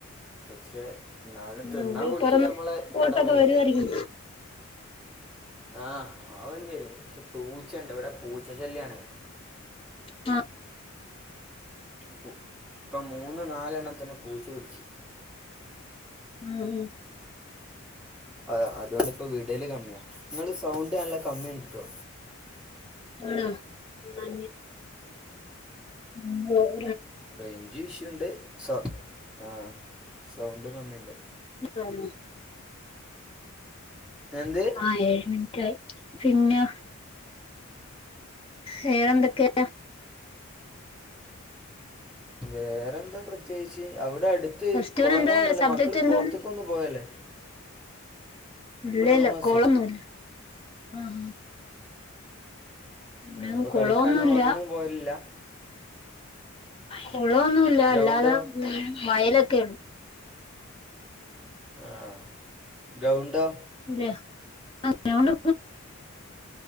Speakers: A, in the centre; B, on the left.
A: പക്ഷെ എന്നാലും
B: ആഹ്
A: തിന്നാൻ കൊടുക്കല്
B: പറന്ന്
A: നമ്മളെ
B: പോയിട്ടൊക്കെ
A: കടമയല്ലേ
B: വരുവായിരിക്കും
A: ആ വാവല് വരും പക്ഷെ പൂച്ചെണ്ട് ഇവിടെ പൂച്ചശല്യാണ്.
B: ആ
A: പ ഇപ്പൊ മൂന്ന് നാലെണ്ണത്തിനെ പൂച്ച പിടിച്ച്
B: ആഹ് ഉം
A: ആ അതുകൊണ്ട്പ്പോ വിടല് കമ്മിയാ നിങ്ങള് സൗണ്ട് നല്ല കമ്മി ണ്ട്ട്ടോ
B: ആണോ അ ഉം
A: റേഞ്ച് ഇഷ്യുണ്ട് സൗ ആ സൗണ്ടും കമ്മിണ്ട്
B: ആന്നോ
A: എന്ത്
B: ആഹ് ഏഴ് മിനിറ്റ് ആയി പിന്നെ വേറെന്തൊക്കെയ
A: വേറെന്താ പ്രത്യേകിച്ച് അവിടെ വിടെ അടുത്ത്
B: ഫെസ്റ്റിവൽ
A: കുളങ്ങളൊന്നുംല്ല
B: എന്താ സബ്ജക്ട്
A: മക്കള്
B: എന്താണ്
A: കുളത്തക്കൊന്നും പോവല്ലേ
B: ഇല്ലല്ല
A: കൊമേഴ്സ്
B: കോളൊന്നുല്ല ആഹ് ഇവിടെ
A: അപ്പൊ
B: കുളൊന്നുല്ല
A: കളിക്കാനോ അങ്ങനൊ പോവലില്ല
B: കുളമൊന്നുമല്ല
A: ഗ്രൗണ്ടോ
B: അല്ലാതെ വയലൊക്കെ ഉള്ളു
A: ആഹ ഗ്രൗണ്ടോ
B: അല്ലെയ അണ്ട്